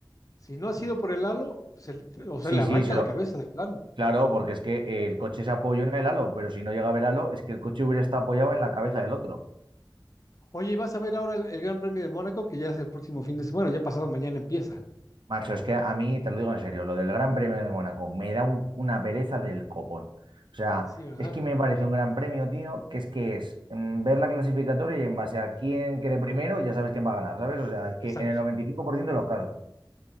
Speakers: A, on the left (about 45°); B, on the right (about 80°).
A: Si no ha sido por el halo, se le- o sea,
B: Sí,
A: le arranca
B: sí, se
A: la
B: lo,
A: cabeza de plano.
B: claro, porque es que el coche se apoyó en el Halo, pero si no llega a ver Halo, es que el coche hubiera estado apoyado en la cabeza del otro.
A: Oye, y vas a ver ahora el, el Gran Premio de Mónaco, que ya es el próximo fin de semana, Bueno, ya pasado mañana empieza.
B: Macho, es que a mí, te lo digo en serio, lo del Gran Premio de Mónaco me da un- una pereza del copón. O sea,
A: Sí, ¿verdad?
B: es que me parece un gran premio, tío, que es que es mm, ver la clasificatoria y en base a quién quede primero, ya sabes quién va a ganar, ¿sabes? O sea, es que
A: Exacto.
B: en el 95% de los casos.